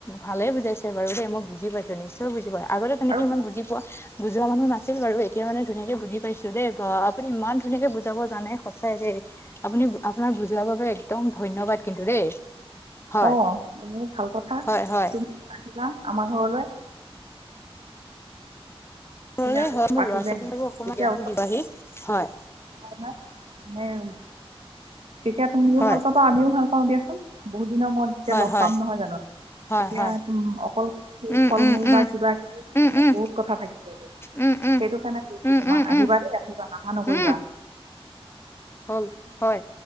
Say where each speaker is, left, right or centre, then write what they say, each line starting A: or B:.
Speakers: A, on the left; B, on the right.
A: ভালে বুজাইছে বাৰু দেই, মই বুজি পাইছো নিশ্চয় য় বুজি পোৱা, আগতে তেনেকে
B: আৰু
A: ইমান বুজি পোৱা বুজোৱা মানুহ নাছিল বাৰু এতিয়া মানে ধুনীয়াকে বুজি পাইছো দেই বা আপুনি ইমান ধুনীয়াকে বুজাব জানে সঁচাই দেই। আপুনি আপোনাক বুজোৱাৰ বাবে একদম ধন্যবাদ কিন্তু দেই। হয়
B: অঁ এনেই ভাল কথা
A: হয় হয়
B: তুমি আহিবা আমাৰ ঘৰলৈ।
A: ঘৰলে
B: তুমি আৰু
A: হয় মোৰ
B: পাতিলে
A: ল'ৰা ছোৱালীকো
B: তেতিয়া
A: অকমান জ্ঞানটো
B: ওচৰত
A: দিবাহি হয়
B: <unintelligible> <unintelligible> তেতিয়া তুমিও
A: হয়
B: ভাল পাবা, আমিও ভাল পাওঁ দিয়াচোন। বহুত দিনৰ মূৰত এতিয়া
A: হয়
B: ল'গ
A: হয়
B: পাম নহয় জানো?
A: হয়
B: এতিয়া
A: হয়
B: উম অকল
A: উম
B: ফল
A: উম
B: মূল
A: উম
B: বা কিবা কিবি নহয়
A: উম
B: ন'
A: উম
B: বহুত কথা থাকে।
A: উম উম
B: সেইটো কাৰণে কৈছো
A: উম
B: তোমাক
A: উম উম
B: আহিবা দেই আহিবা নাহা নকৰিবা।
A: উম হ'ল হয়।